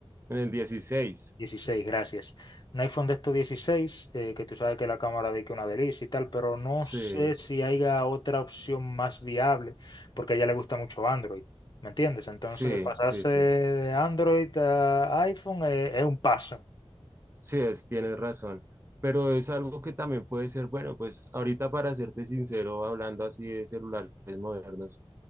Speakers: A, on the right; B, on the left.
A: en el dieciséis,
B: dieciséis gracias. Un iPhone de estos dieciséis eh, que tú sabes que la cámara de que una delicia y tal, pero no
A: Sí,
B: sé si haya otra opción más viable, porque a ella le gusta mucho Android, ¿me entiendes? Entonces,
A: sí,
B: pasarse
A: sí, sí.
B: de Android a iPhone eh, es un paso.
A: Sí, es, tienes razón. Pero es algo que también puede ser, bueno, pues ahorita para serte sincero, hablando así de celulares modernos,